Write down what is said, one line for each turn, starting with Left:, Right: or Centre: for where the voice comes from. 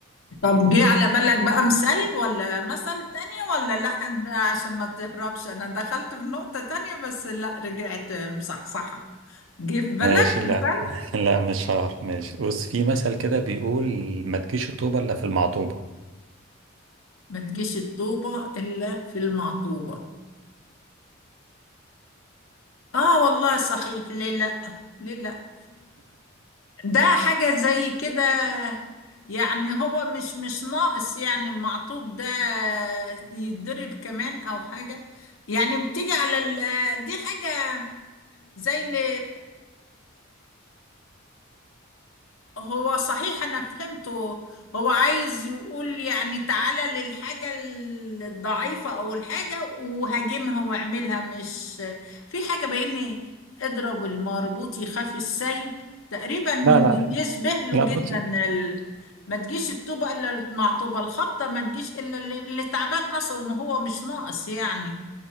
Left: طب جه على بالك بقى مثال ولا مثل تاني ولا لا انت عشان ما تهربش انا دخلت في نقطة تانية بس لا رجعت مصحصحة جه في بالك
Right: ماشي
Left: مثال
Right: لا <laughs> لا مش شهر ماشي بص في مثل كده بيقول ما تجيش الطوبه الا في المعطوبه
Left: ما تجيش الطوبة الا في المعطوبة اه والله صحيح ليه لا ليه لا ده حاجة زي كده يعني هو مش مش ناقص يعني المعطوب ده يتضرب كمان او حاجة يعني بتيجي على ال- دي حاجة زي اللي هو صحيح انا فهمته هو عايز يقول يعني تعالى للحاجة الضعيفة او الحاجة وهاجمها واعملها مش في حاجة بين اضرب المربوط يخاف السيب تقريبا إن
Right: لا لا
Left: يشبه له
Right: لا
Left: جدا
Right: بص
Left: ال... ما تجيش الطوبة الا مع طوبة الخبطة ما تجيش الا اللي اللي تعبان اصلا وهو مش ناقص يعني